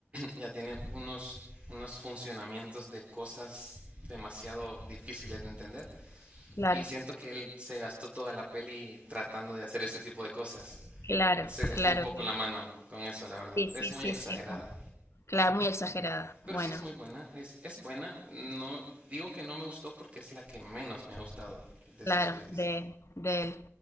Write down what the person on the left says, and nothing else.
claro.
Claro,
claro,
claro.
Sí, sí,
sí,
sí. Claro, muy exagerada.
Bueno,
claro,
de, de él.